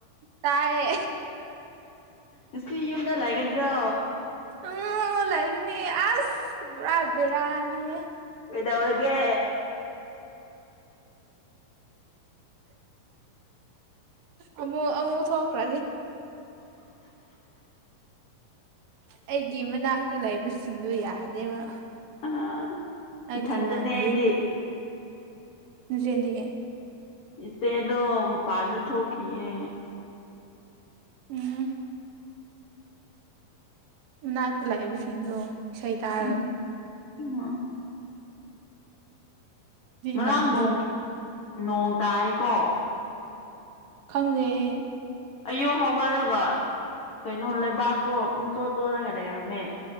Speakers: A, on the right; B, on the left.
A: ꯇꯥꯏꯌꯦ
B: ꯉꯁꯤ ꯌꯨꯝꯗ ꯂꯩꯒꯗ꯭ꯔꯣ
A: ꯎ ꯂꯩꯥꯏꯒꯅꯤ ꯑꯁ ꯄꯨꯔꯥ ꯦꯔꯅꯤꯍꯦ
B: ꯏꯧꯒꯦ
A: ꯑꯃꯨꯛ ꯑꯃꯨꯛ ꯊꯣꯛꯈ꯭ꯔꯒꯦ ꯑꯩꯒꯤ ꯃꯅꯥꯛꯇ ꯂꯩꯕꯕꯁꯤ ꯁꯤꯡꯗꯣ ꯌꯥꯗꯦꯕ
B: ꯑ
A: ꯑ
B: ꯏꯊꯟꯗꯅꯦ
A: ꯃꯥꯟꯒꯤ
B: ꯑꯩꯗꯤ
A: ꯆꯦꯗꯤ
B: ꯏꯁꯦꯗꯣ ꯄꯥꯅ ꯊꯣꯛ ꯊꯣꯛꯀꯤꯦ
A: ꯎꯝ ꯅꯅꯥꯠꯇ ꯂꯕꯤ ꯁꯤꯅ ꯁꯩ ꯇꯥꯔꯒꯗ
B: ꯎꯝ ꯎꯝ ꯉꯔꯥꯡ
A: ꯃꯟꯕꯤꯌꯦ
B: ꯅꯣꯡ ꯅꯣꯡ ꯇꯥꯏꯀꯣ
A: ꯈꯪꯉꯦꯑꯦ
B: ꯑꯌꯨ ꯍꯧꯒꯠꯂꯒ ꯀꯩꯅꯣ ꯂꯩꯕꯥꯛꯇꯣ ꯄꯨꯡꯆꯣꯠ ꯆꯣꯂꯒ ꯂꯩꯔꯝꯃꯦ